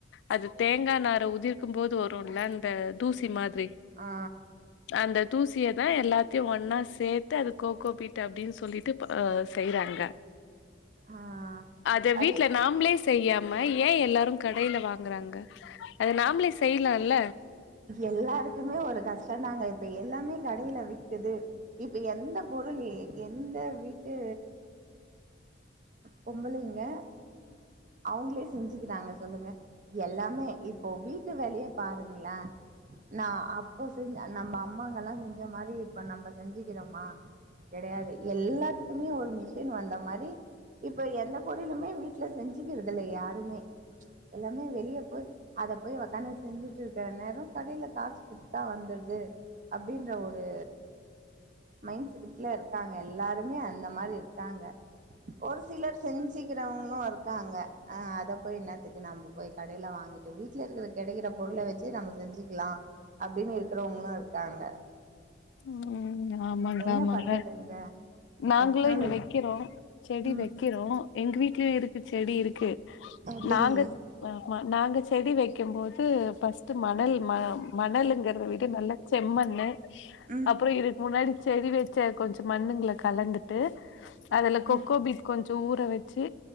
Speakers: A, on the left; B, on the right.
A: அது தேங்கா நாரை உதிர்க்கும் போது வரும்ல அந்த தூசி மாதிரி
B: ஆ
A: அந்த தூசியதா எல்லாத்தையு ஒன்னா சேத் து அது கோகோபீட்டு அப்டின்னு சொல்லிட்டு இப்ப செய்றாங்க
B: ஆ
A: அத
B: அது
A: வீட்ல நாம்ளே செய்யாம ஏ எல்லாரு கடையில வாங்குறாங்க அத நாம்ளே செய்லால
B: எல்லாருக்குமே ஒரு கஷ்ட தாங்க இப்ப எல்லாமே கடயில விக்குது இப்ப எந்த பொருள் எந்த வீட்டு பொம்பளைங்க அவுங்களே செஞ்சுக்கிட்டாங்க சொல்லுங்க எல்லாமே இப்போ வீட்டு வேலயே பாருங்ளே நா அப்போ செஞ் நம்ம அம்மாங்களா செஞ்ச மாரி இப்ப நம்ம செஞ்சுக்கிறோமா கெடயாது எல்லாத்துக்குமே ஒரு மிஷின் வந்த மாரி இப்ப எந்த பொருளுமே வீட்ல செஞ்சுக்கறதுல்ல யாருமே எல்லாமே வெளியே போய் அத போய் ஒக்காந்து செஞ்சுட்டு நேர கடயில காசு குடுத்தா வந்துர்து அப்டின்ற ஒரு மைண்செட்ல இருக்காங்க எல்லாருமே அந்த மாரி இருக்காங்க ஒரு சிலர் செஞ்சி இருக்கிறவங்களும் இருக்காங்க அ அத போய் என்னத்துக்கு நம்ப போய் கடயில வாங்கிட்டு வீட்ல இருக்கிற கெடைக்கிற பொருள வச்சு நம்ம செஞ்சுக்கலா அப்டின்னு இருக்கிறவங்களு இருக்காங்க
A: ம் ஆமான்டா
B: என்ன
A: மழ
B: பண்ணுறதுங்க
A: நாங்களு
B: டெக்னாலஜி
A: இங்க வைக்கிறோ செடி
B: ம்
A: வக்கிறோ எங்க வீட்லயு இருக்கு செடி இருக்கு
B: அப்டிங்ளா
A: நாங்க ஆமா நாங்க செடி வைக்கு போது பர்ஸ்ட் மணல் மணலுங்கறத விட நல்ல செம்மண்ணு
B: ம்
A: அப்றொ இதுக்கு முன்னாடி செடி வச்ச கொஞ்ச மண்ணுங்ள கலந்துட்டு அதுல கொக்கோபீட்
B: ம்
A: கொஞ்ச ஊற வச்சு